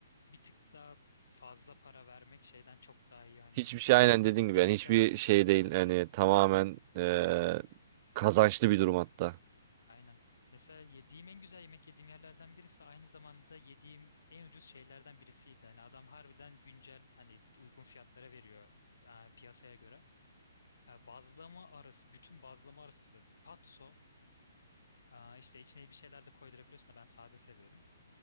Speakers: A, on the left; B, on the right.
A: bir tık daha fazla para vermek şeyden çok daha iyi hani
B: Hiçbir şey aynen
A: bir,
B: dediğin gibi
A: bir tık
B: yani hiçbir
A: daha ucuzunu
B: şey değil.
A: vermekten.
B: Hani tamamen eee, kazançlı bir durum hatta.
A: Aynen. Mesela yediğim en güzel yemek yediğim yerlerden birisi aynı zamanda yediğim en ucuz şeylerden birisiydi. Hani adam harbiden güncel hani uygun fiyatlara veriyor e, piyasaya göre. E, bazlama arası, bütün bazlama arası patso e, işte içine bir şeyler de koydurabiliyorsun da ben sade seviyorum.